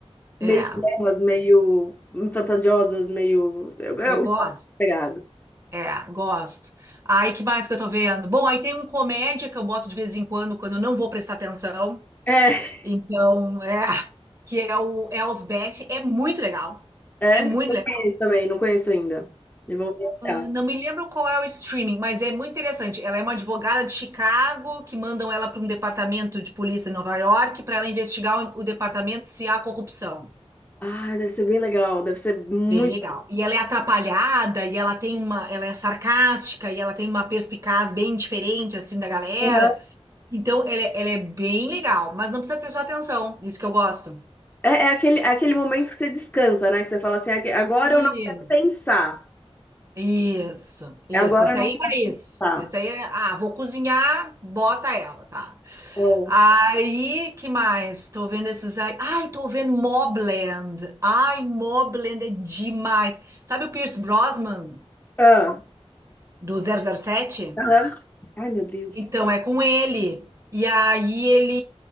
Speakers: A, on the right; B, on the left.
A: É.
B: meio delas, meio fantasiosas, meio, eu, eu
A: Eu gosto.
B: gosto dessa pegada.
A: É, gosto. Aí, que mais que eu tô vendo? Bom, aí tem um comédia que eu boto de vez em quando, quando eu não vou prestar atenção.
B: É,
A: Então, é, que é o Elsbeth. É muito legal.
B: É?
A: É muito
B: Não
A: legal.
B: conheço também, não conheço ainda. Eu vou olhar.
A: Eu Não me lembro qual é o streaming, mas é muito interessante. Ela é uma advogada de Chicago que mandam ela para um departamento de polícia em Nova York para ela investigar o, o departamento se há corrupção.
B: Ah, deve ser bem legal, deve ser muito.
A: Bem legal. E ela é atrapalhada, e ela tem uma, ela é sarcástica, e ela tem uma perspicaz bem diferente assim da galera.
B: Aham.
A: Então, ela, é- ela é bem legal, mas não precisa prestar atenção. Isso que eu gosto.
B: É, é aquele, é aquele momento que você descansa, né? Que você fala assim, "Aque- agora
A: Isso,
B: eu não quero pensar.
A: isso, isso.
B: Agora
A: Esse
B: eu não
A: aí é pra
B: quero
A: isso.
B: pensar.
A: Esse aí é, ah, vou cozinhar, bota ela, tá?
B: É.
A: Aí, que mais? Tô vendo esses aí. Ai, tô vendo Mobland. Ai, Mobland é demais. Sabe o Pierce Brosnan
B: Ah,
A: do zero zero sete
B: aham. Ai, meu Deus.
A: Então, é com ele. E aí ele.